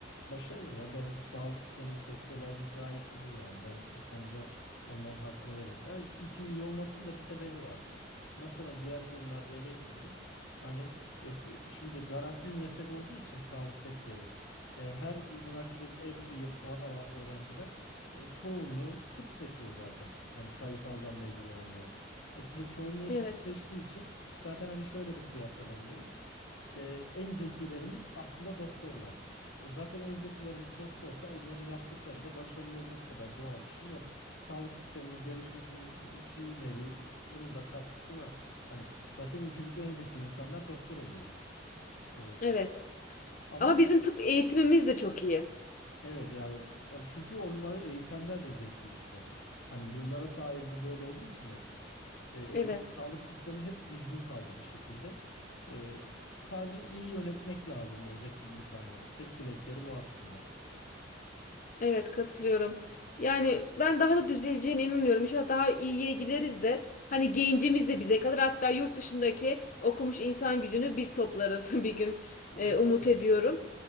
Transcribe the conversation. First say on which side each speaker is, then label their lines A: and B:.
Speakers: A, on the left; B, on the left.
A: Başarız ya. Bence sağlık sistemimiz, doktorlarımız gayet iyi yani. Ben o konuda onların hakkını veririm. Yani iki iyi olmasının da bir sebebi var. nasıl hani diğer konularda eleştirdik. Hani e, d- şimdi garanti bir meslek olduğu için sağlık sektörü e, her üniversitede en iyi puan alan öğrenciler e, çoğunluğu tıp seçiyor zaten. Hani sayısaldan mezun olanların. E, te- çoğunluğu
B: Evet.
A: tıp seçtiği için zaten hani şöyle bir kıyas yapabiliriz. E, en zekilerimiz aslında doktorlar. E, zaten en zekilerimiz doktorsa onların yaptıkları da başarılı olması kadar doğal bir şey yok. Sağlık sisteminin gelişmesinin bir, bir nevi bunun da katkısı var. Hani zaten ülkedeki en zeki insanlar doktor oluyor. Evet.
B: Evet.
A: Ama
B: Ama bizim tıp eğitimimiz de çok iyi.
A: evet yani çünkü onları eğitenler de zeki işte. Hani yıllara sahir bu böyle olduğu için hep e, eğit-
B: Evet.
A: sağlık sistemi hep düzgün kaldı bir şekilde. E, sadece iyi yönetmek lazım o zeki insanları. Tek dilekleri bu aslında.
B: Evet katılıyorum. Yani ben daha da düzeleceğine inanıyorum. İnşallah daha iyiye gideriz de hani gencimiz de bize kalır. Hatta yurt dışındaki okumuş insan gücünü biz toplarız <laughs> bir gün.
A: İnşallah.
B: Ee, umut ediyorum.